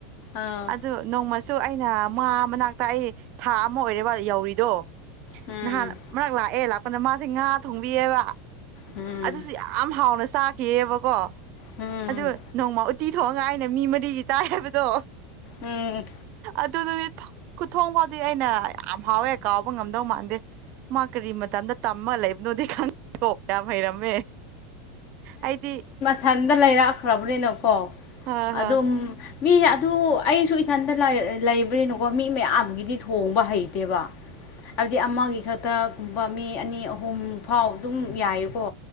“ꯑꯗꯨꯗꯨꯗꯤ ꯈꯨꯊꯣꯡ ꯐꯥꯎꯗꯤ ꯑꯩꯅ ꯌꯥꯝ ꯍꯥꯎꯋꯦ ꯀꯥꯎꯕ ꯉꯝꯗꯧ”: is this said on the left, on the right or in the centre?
Right